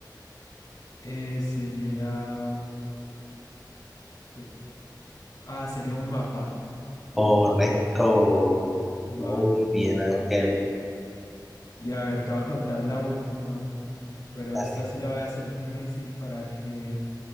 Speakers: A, on the left (about 55°); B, in the centre.
A: eh, sería, te- ah, sería un mapa.
B: Correcto.
A: Vamos.
B: Muy bien, Ángel.
A: Y a ver, te voy a contar la última, pero
B: Dale,
A: esta sí la voy a hacer difícil para que,